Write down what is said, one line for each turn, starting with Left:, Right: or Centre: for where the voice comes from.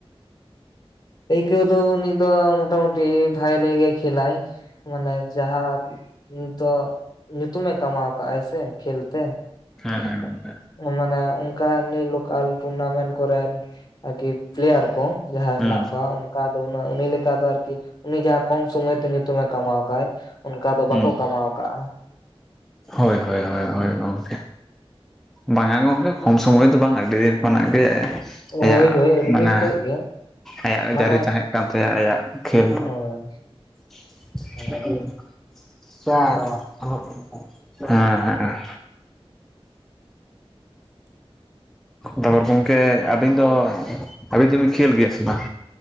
Left: ᱟᱭᱠᱟᱣ ᱫᱚ ᱩᱱᱤ ᱫᱚ ᱢᱚᱴᱟ ᱢᱩᱴᱤ ᱵᱷᱟᱭ ᱜᱮ ᱠᱷᱮᱞᱟᱭ ᱢᱟᱱᱮ ᱡᱟᱸᱦᱟ ᱱᱤᱛᱚᱜ ᱧᱩᱛᱩᱢ ᱮ ᱠᱟᱢᱟᱣ ᱠᱟᱜᱟᱭ ᱥᱮ ᱠᱷᱮᱞ ᱛᱮ᱾
Centre: ᱦᱮ ᱦᱮ ᱜᱚᱢᱠᱮ᱾
Left: ᱢᱟᱱᱮ ᱚᱱᱠᱟ ᱱᱩᱭ ᱞᱳᱠᱟᱞ ᱴᱩᱨᱱᱟᱢᱮᱱᱴ ᱠᱚᱨᱮᱱ ᱟᱨᱠᱤ ᱯᱞᱮᱭᱟᱨ ᱠᱚ ᱡᱟᱦᱟᱭ
Centre: ᱦᱩᱸ
Left: ᱢᱮᱱᱟᱜ ᱠᱚᱣᱟ ᱩᱱ ᱠᱟ ᱫᱚ ᱩᱱᱟᱜ ᱩᱱᱤ ᱞᱮᱠᱟ ᱫᱚ ᱟᱨᱠᱤ ᱩᱱᱤ ᱡᱟᱸᱦᱟ ᱠᱚᱢ ᱥᱚᱢᱚᱭᱛᱮ ᱧᱩᱛᱩᱢᱮ ᱠᱟᱢᱟᱣ ᱠᱟᱜᱼᱟᱭ ᱚᱱᱠᱟ ᱫᱚ
Centre: ᱦᱩᱸ
Left: ᱵᱟᱠᱚ ᱠᱟᱢᱟᱣ ᱠᱟᱜᱼᱟ᱾
Centre: ᱦᱳᱭ ᱦᱳᱭ ᱦᱳᱭ ᱦᱳᱭ ᱜᱚᱢᱠᱮ᱾ ᱵᱟᱝᱟ ᱜᱚᱢᱠᱮ ᱠᱚᱢ ᱥᱚᱢᱚᱭ ᱫᱚ ᱵᱟᱝ ᱟᱹᱰᱤ ᱫᱤᱱ ᱠᱷᱚᱱᱟᱜ ᱜᱮ ᱟᱭᱟᱜ
Left: ᱦᱳᱭ ᱦᱳᱭ ᱟᱹᱰᱤ
Centre: ᱢᱟᱱᱮ
Left: ᱫᱤᱱ ᱠᱷᱚᱡ ᱜᱮ
Centre: ᱟᱭᱟᱜ
Left: ᱢᱟᱱᱮ
Centre: ᱡᱟᱹᱨᱤ ᱛᱟᱸᱦᱮᱜ ᱠᱟᱱ ᱛᱟᱭᱟ, ᱟᱭᱟᱜ ᱠᱷᱮᱞ
Left: ᱦᱳᱭ
Centre: <inaudible>
Left: ᱦᱳᱭ
Centre: ᱦᱮᱸ ᱦᱮᱸ
Left: <unintelligible>
Centre: ᱛᱟᱯᱚᱨ ᱜᱚᱢᱠᱮ ᱟᱹᱵᱤᱱ ᱫᱚ ᱟᱹᱵᱤᱱ ᱫᱚᱵᱤᱱ ᱠᱷᱮᱞ ᱜᱮᱭᱟ ᱥᱮ ᱵᱟᱝ?